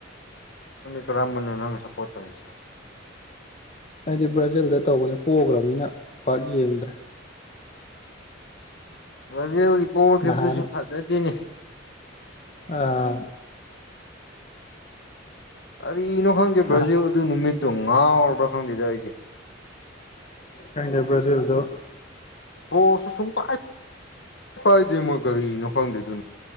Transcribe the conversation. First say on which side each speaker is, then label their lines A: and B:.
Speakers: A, on the left; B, on the left.
A: ꯀꯔꯝꯕꯅꯣ ꯅꯪꯅ ꯁ꯭ꯄꯣꯔꯠ ꯇꯧꯔꯤꯁꯦ
B: ꯑꯩꯗꯤ ꯕ꯭ꯔꯖꯤꯜꯗ ꯇꯧꯕꯅꯦ ꯄꯣꯒ꯭ꯔꯕꯅꯤꯅ ꯄꯥꯛ ꯌꯦꯡꯗ꯭ꯔꯦ
A: ꯕ꯭ꯔꯥꯖꯤꯜꯒꯤ ꯄꯣꯈꯤꯕꯗꯨꯁꯨ
B: ꯅꯍꯥꯟ
A: ꯐꯖꯗꯦꯅꯦ
B: ꯑꯥ
A: ꯀꯔꯤꯅꯣ ꯈꯪꯗꯦ ꯕ꯭ꯔꯥꯖꯤꯜ
B: ꯅꯍꯥꯟ
A: ꯑꯗꯨ ꯅꯨꯃꯤꯠꯇꯣ ꯉꯥꯎꯔꯕ꯭ꯔꯥ ꯈꯪꯗꯦꯗ ꯑꯩꯗꯤ
B: ꯈꯪꯗꯦ ꯕ꯭ꯔꯥꯖꯤꯜꯗꯣ
A: ꯕꯣꯜꯁꯨ ꯁꯨꯡꯄꯥꯏ ꯄꯥꯏꯗꯦ ꯃꯣꯏ ꯀꯔꯤꯒꯤꯅꯣ ꯈꯪꯗꯦꯗꯨꯅꯤ